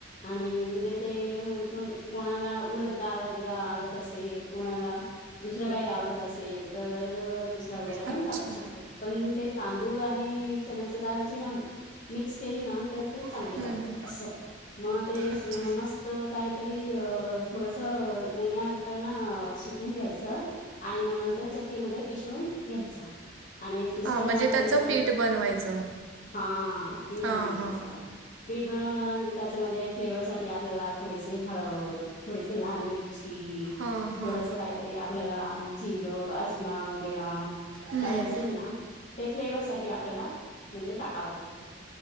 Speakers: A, on the left; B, on the right.
A: आणि म्हणजे ते त कोणाला उडत डाळ वगैरे आवडत असे कोणाला दुसर काही आवडत असेल, तर दुसरा वगैरा पण
B: अच्छा.
A: टाकू शकतो पण ते तांदूळ आणि चनाची दाळची ना मिक्स केली ना तर ते चांगली
B: हम्म
A: वाटते
B: हम्म.
A: असं आहे. मग ते
B: अच्छा.
A: मस्त काहीतरी थोडंसं उन्हाळयात. तर ना सुकून घ्यायचं, आणि मग नंतर चक्की मध्ये पिसवून घ्यायचं. आणि पिसलं
B: हां म्हणजे
A: ना
B: त्याचं
A: की तर
B: पीठ बनवायचं.
A: हा पीठ
B: हां
A: बनवायचं.
B: हां.
A: पीठ बनवलं की त्याच्यामध्ये फ्लेवर साठी आपल्याला थोडीसे हळद थोडीसे लाल मिर चि
B: हां हां.
A: थोडस काहीतरी आपल्याला जिरं, अजमा वगेरा.
B: हम्म.
A: काय असेल ना? ते फ्लेवर साठी आपल्याला. म्हणजे टाकाव लागतो